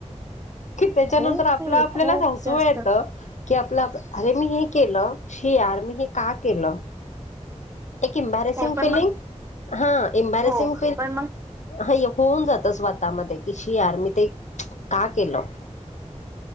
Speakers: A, on the left; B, on the right.
A: कि त्याच्यानंतर
B: खूप
A: आपलं आपल्याला
B: खूप
A: सासू
B: जास्त
A: येतं की आप अरे मी हे केलं शी यार मी हे का केलं. एक इम्बॅरेसिंग
B: हो पण
A: फीललिंग
B: मग
A: हा इम्बॅरेसिंग
B: हो पण मग
A: हा होऊन जात स्वतः म की शि यार मी ते का केलं.